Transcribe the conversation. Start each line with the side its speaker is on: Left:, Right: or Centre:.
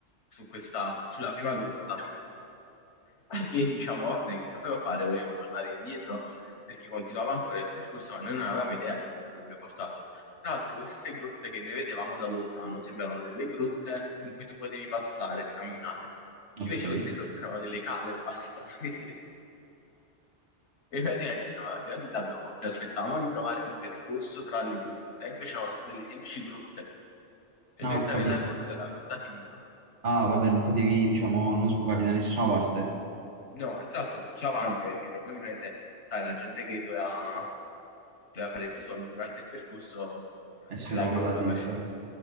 Left: su questa, sulla prima grotta, perché diciamo, vabbè, che dovevo fare? Vogliamo tornare indietro, perché continuava ancora il percorso, ma noi non avevamo idea di dove avrebbe portato. Tra l'altro, queste grotte che noi vedevamo da lontano sembrano delle grotte in cui tu potevi passare e camminare.
Right: ok,
Left: Invece queste grotte erano delle cave e basta. <laughs> Quindi- E praticamente siamo arrivati là, abbiamo, ci aspettavamo di trovare un percorso tra le grotte, invece no, delle semplici grotte. Cioè
Right: no,
Left: tu entravi
Right: ho capito.
Left: nella grotta e la grotta finiva.
Right: Ah, vabbè, non potevi, diciamo, non sbucavi da nessuna parte.
Left: No, esatto, puzzava anche perché probabilmente, sai, la gente che doveva, doveva fare i bisogni durante il percorso
Right: E se
Left: nella
Right: no,
Left: grotta
Right: là dentro.
Left: faceva.